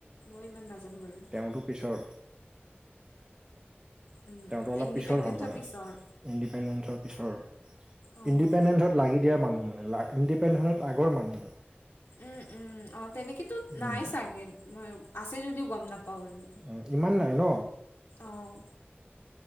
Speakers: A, on the left; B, on the right.
A: মই ইমান নাজানো বাৰু
B: এইটো পিছৰ
A: উম,
B: তেওঁটো অলপ
A: ইণ্ডিপেণ্ডেঞ্চৰ
B: পিছৰ হ'ল মানে
A: পিছৰ
B: ইণ্ডিপেণ্ডেঞ্চৰ পিছৰ
A: অঁ
B: ইণ্ডিপেণ্ডেঞ্চত লাগি দিয়া মানুহ মানে ইণ্ডিপেণ্ডেনত আগৰ মানুহ মানে
A: উম উম অহ তেনেকেতো
B: উম,
A: নাই চাগে মই আছে যদিও গম নাপাওঁ আৰু
B: উম ইমান নাই ন
A: অহ